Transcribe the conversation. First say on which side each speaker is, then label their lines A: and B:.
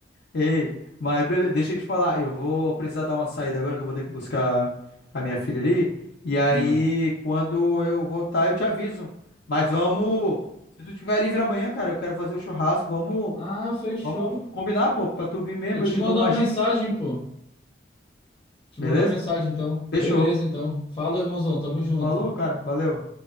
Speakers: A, on the left; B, on the left.
A: Ei, mas beleza, deixa eu te falar, eu vou precisar dar uma saída agora que eu vou ter que buscar a minha filha ali. E aí,
B: Ah,
A: quando eu voltar, eu te aviso. Mas vamos, se tu tiver livre amanhã, cara, eu quero fazer o churrasco. Vamos,
B: ah, fechou.
A: vamos combinar, pô, pra tu vir mesmo,
B: Eu te
A: eu te
B: mando
A: dou umas
B: uma mensagem,
A: dicas,
B: pô. Te
A: beleza?
B: mando uma mensagem, então.
A: Fechou.
B: Beleza, então. Fala, irmãozão, tamo junto.
A: Falou, cara, valeu.